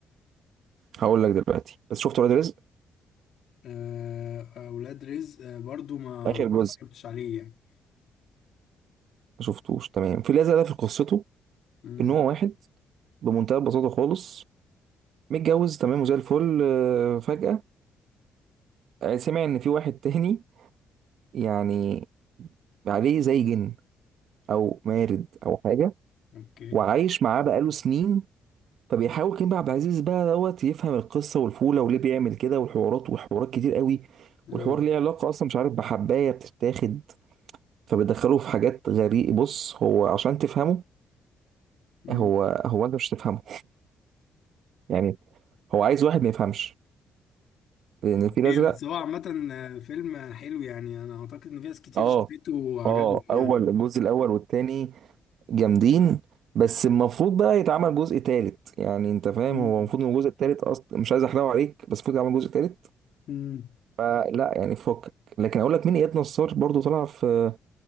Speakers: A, on the right (about 70°); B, on the left (about 65°).
A: هقول لك دلوقتي بس شفت اولاد رزق
B: آه، أولاد رزق آه، برضو ما
A: اخر
B: ما
A: جزء
B: اتفرجتش عليه يعني
A: ما شفتوش تمام في الازرق ده في قصته
B: مم.
A: ان هو واحد بمنتهى البساطه خالص متجوز تمام وزي الفل آه، فجأة آه، سمع ان في واحد تاني يعني عليه زي جن او مارد او حاجه
B: اوكي
A: وعايش معاه بقاله سنين فبيحاول كريم عبد العزيز بقى دوت يفهم القصه والفوله وليه بيعمل كده والحوارات وحوارات كتير قوي
B: آه.
A: والحوار ليه علاقه اصلا مش عارف بحبايه بتتاخد فبيدخله في حاجات غريبه بص هو عشان تفهمه
B: مم.
A: هو هو انت مش تفهمه يعني هو عايز واحد ما يفهمش لان
B: اوكي
A: الفيل الازرق
B: بس هو عامة آه، فيلم حلو يعني انا اعتقد ان في ناس كتير
A: اه
B: شافته وعجبهم
A: اه
B: يعني
A: اول الجزء الاول والتاني جامدين بس المفروض بقى يتعمل جزء تالت يعني انت فاهم
B: مم.
A: هو المفروض ان الجزء التالت اصلا مش عايز احرقه عليك بس المفروض يتعمل جزء تالت
B: مم.
A: فلا يعني فكك لكن اقول لك مين اياد نصار برضو طلع في